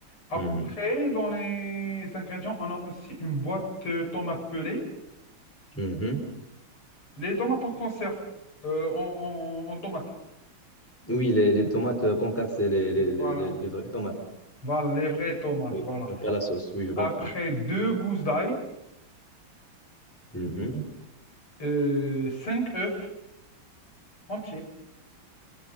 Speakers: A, on the left; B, in the centre.
A: Après,
B: Mhm.
A: dans les ingrédients, on a aussi une boîte euh, tomate pelée.
B: Mhm.
A: Les tomates en conserve, euh, en, en- en tomate.
B: Oui, les, les tomates euh, qu'on casse, c'est les, les, les,
A: Voilà.
B: les- les vraies tomates.
A: Voilà, les vraies tomates,
B: Oui,
A: voilà.
B: pas la sauce. Oui, je comprends.
A: Après, deux gousses d'ail,
B: Mhm.
A: euh, cinq œufs entiers.